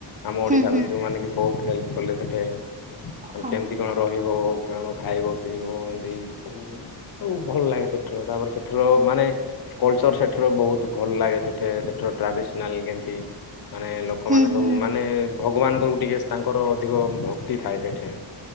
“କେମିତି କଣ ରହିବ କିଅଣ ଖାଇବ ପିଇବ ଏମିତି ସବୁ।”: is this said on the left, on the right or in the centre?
Left